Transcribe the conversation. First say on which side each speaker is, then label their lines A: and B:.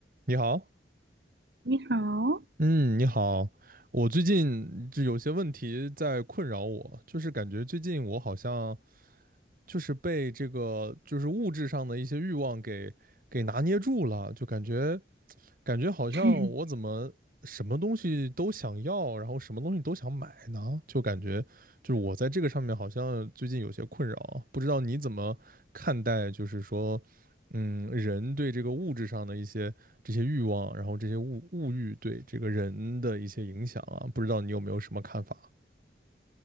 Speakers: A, on the right; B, on the right.
A: 你好，
B: 你好，
A: 嗯，你好，我最近就有些问题在困扰我，就是感觉最近我好像就是被这个就是物质上的一些欲望给给拿捏住了，就感觉感觉好像我怎么什么东西都想要，
B: <laughs>
A: 然后什么东西都想买呢？就感觉就是我在这个上面好像最近有些困扰啊，不知道你怎么看待，就是说嗯，人对这个物质上的一些这些欲望，然后这些物物欲对这个人的一些影响啊，不知道你有没有什么看法？